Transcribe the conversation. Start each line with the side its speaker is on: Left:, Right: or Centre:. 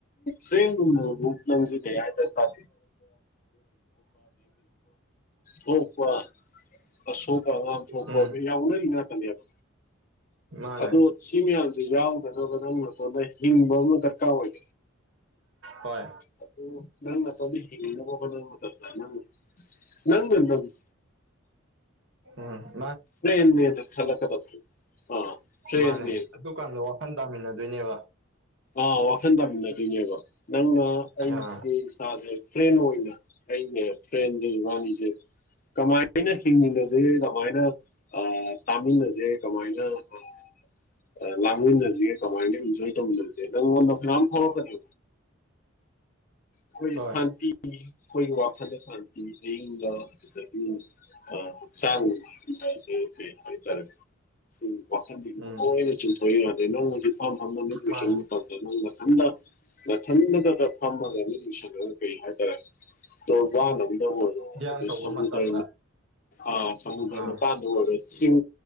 Left: ꯐꯦꯝ ꯔꯝ ꯔꯨꯞ ꯂ ꯂꯤ ꯌꯥ ꯍꯥꯏꯥ ꯇ ꯊꯄ ꯑꯁꯣꯛꯀꯉ ꯊꯣꯛꯣꯡꯄ
Right: ꯎꯝ
Left: ꯃꯤ <unintelligible> ꯌꯥꯎꯅꯥꯔꯤ ꯉꯥꯛꯇꯥꯅꯦꯕꯥ
Right: ꯃꯥꯅꯦ
Left: ꯑꯗꯣ ꯁꯤ ꯃꯌꯥꯝꯁ ꯌꯥꯎꯗꯅꯕ ꯅꯪ ꯅꯣꯟꯗ ꯍꯤꯡꯕ ꯑꯃ ꯗꯔꯀꯥ ꯑꯣꯏ
Right: ꯍꯣꯏ
Left: ꯑꯣ ꯅꯪ ꯇ ꯍꯦꯕ ꯅꯪ ꯅꯪ ꯅꯪ <unintelligible>
Right: ꯑꯥ
Left: ꯃꯦꯟ ꯃꯦꯟ ꯅꯛꯁꯜꯂꯛ ꯀꯗꯕꯥꯗꯨ ꯑꯥ ꯐ꯭ꯔꯦꯟꯅꯦ
Right: ꯃꯥꯅꯦ ꯑꯗꯨꯀꯥꯟꯗ ꯋꯥꯈꯟ ꯇꯥꯃꯤꯟꯅꯗꯣꯏꯅꯦꯕ
Left: ꯑꯥ ꯋꯥꯈꯟ ꯇꯥꯃꯤꯟꯅꯗꯣꯏꯅꯦꯕ ꯅꯪꯅ ꯑꯩꯆꯦ
Right: ꯑꯥ
Left: ꯏꯁꯥꯁꯦ ꯐ꯭ꯔꯦꯟ ꯑꯣꯏꯅ ꯑꯩꯩꯃꯦ ꯐ꯭ꯔꯦꯟꯁꯦ ꯏꯕꯟꯅꯤꯁꯦ ꯀꯃꯥꯏꯅ ꯍꯤꯡꯃꯤꯟꯅ ꯖꯦ ꯀꯃꯥꯏꯅ ꯑꯥ ꯇꯥꯃꯤꯟꯅꯖꯦ ꯀꯃꯥꯏꯅ ꯑꯥ ꯑꯥ ꯂꯥꯡꯂꯤꯟꯅꯖꯦ ꯀꯃꯥꯏꯅ ꯏꯟꯖꯣꯏ ꯇꯧꯃꯤꯟꯅꯁꯦ ꯅꯪꯉꯣꯟꯗ ꯐꯄꯝ ꯐꯧꯔꯛꯀꯅꯤ ꯑꯈꯣꯏ
Right: ꯍꯣꯏ
Left: ꯁꯥꯟꯇꯤꯒꯤ ꯑꯈꯣꯏꯒꯤ ꯋꯥꯈꯜꯗ ꯁꯥꯟꯇꯤ ꯑꯌꯤꯡꯕ ꯑꯗꯨꯗꯒꯤ ꯑꯥ ꯆꯕꯨ <unintelligible> ꯍꯥꯏꯇꯔꯦ ꯁꯤꯡ ꯋꯥꯈꯟꯒꯤ <unintelligible>
Right: ꯎꯝ
Left: ꯂꯣꯏꯅ ꯆꯨꯝꯊꯣꯛꯔꯛꯏ ꯌꯗꯦ ꯅꯪꯉꯣꯟꯁꯨ ꯐꯝꯐꯝꯅ ꯃꯤꯠ ꯑꯨꯏꯁꯤꯟ
Right: ꯃꯥꯅꯦ
Left: ꯇꯧ ꯅꯪ ꯃꯊꯟꯗ ꯃꯊꯟꯗꯗ ꯐꯝꯃꯒ ꯅꯪ ꯂꯣꯏꯁꯜꯂꯒ ꯀꯩ ꯍꯥꯏꯇꯥꯔꯦ ꯇ ꯋꯥꯗ ꯑꯣꯏꯔꯣ
Right: ꯙ꯭ꯌꯥꯟ
Left: ꯑꯗꯨ
Right: ꯇꯧꯕ
Left: ꯁꯨꯗ꯭ꯔ
Right: ꯃꯇꯝꯗ
Left: ꯑ ꯁꯃꯨꯗ꯭ꯔ
Right: ꯑꯥ
Left: ꯃꯄꯥꯟ ꯑꯣꯏ ꯆꯤꯡ